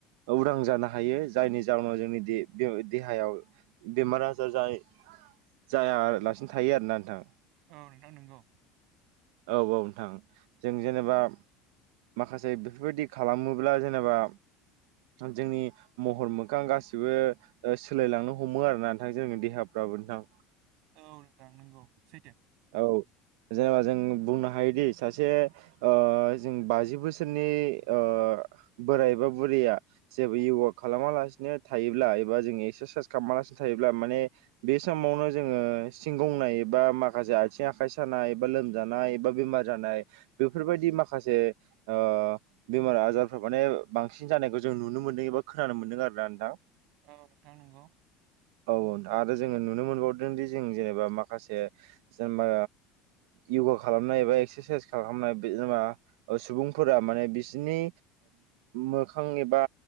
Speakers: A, on the right; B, on the right.
A: उदां जानो हायो जायनि जाउनाव जोंनि दे-दो-देहायाव बेमार आजार जाय जायालासिनो थायो आरोना नोंथां।
B: औ नोंथां नंगौ
A: औ औ नोंथां। जों जेनेबा माखासे बेफोरबायदि खालामोब्ला जेनेबा जोंनि महर मोखां गासिबो ओ सोलायलांनो हमो आरोना नोंथां जोंनि देहाफ्राबो नोंथां।
B: औ नोंथां नोंगौ सैथो।
A: औ जेनेबा जों बुंनो हायोदि सासे ओ जों बाजि बोसोरनि ओ बोराय बा बुरैया जेबो य'गा खालामालासिनो थायोब्ला एबा जोंनि एक्सारसाइस खामालासिनो थायोब्ला माने बे समावनो जोङो सिंगंनाय बा माखासे आइथिं आखाइ सा नाय बा लोमजानाय बा बेमार जानाय बेफोरबायदि माखासे ओ बेमारा आजारफ्रा माने बांसिन जानायखौ जों नुनो मोनदों एबा खोनानो मोन्दों आरोना नोंथां
B: औ नोंथां नंगौ
A: औ नोंथां आरो जोङो नुनो मोनबावदों दि जों जेनेबा माखासे जेनेबा य'गा खालामनाय एबा एक्सारसाइस खालामनाय बे जेनबा सुबुंफोरा माने बिसिनि मोखां एबा